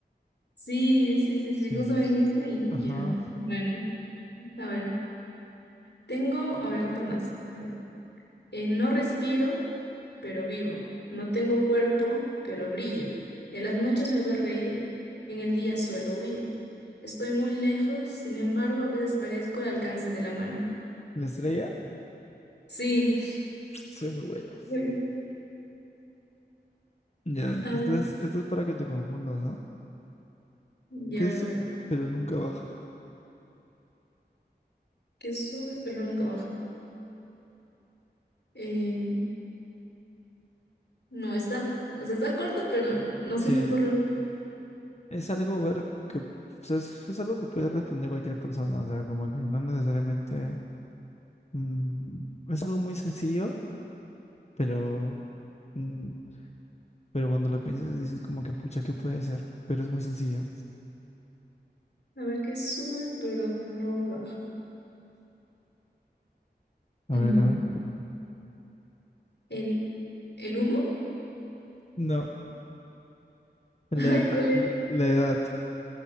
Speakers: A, on the left; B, on the left.
A: sí, sí, sí,
B: Sí,
A: sí, justo
B: sí.
A: me dijiste y
B: Ajá.
A: ya. Bueno, a ver, tengo, a ver, otra más. A ver, Eh, no respiro, pero vivo. No tengo cuerpo, pero brillo. En las noches me ve reír, en el día suelo huir. Estoy muy lejos, sin embargo, a veces parezco al alcance de la mano.
B: La estrella,
A: Sí.
B: soy muy bueno.
A: <laughs>
B: Ya, esto
A: A ver,
B: es, esto es para que te confundas, ¿no?
A: ya
B: Que
A: a ver,
B: sube,
A: a ver.
B: pero nunca baja.
A: Que sube, pero nunca baja. Eh, No está, o sea, está corto, pero no
B: Sí,
A: se me ocurre.
B: es algo ver que, o sea, es, es algo que puede responder cualquier persona, o sea, como que no necesariamente, mm, es algo muy sencillo, pero, mm, pero cuando lo piensas dices como que, pucha, ¿qué puede ser? Pero es muy sencillo.
A: A ver qué sube, pero no baja.
B: A
A: Mm,
B: ver, a ver.
A: ¿El, el humo?
B: No, la
A: <laughs> Ay,
B: edad,
A: ¿cuál es?
B: la edad.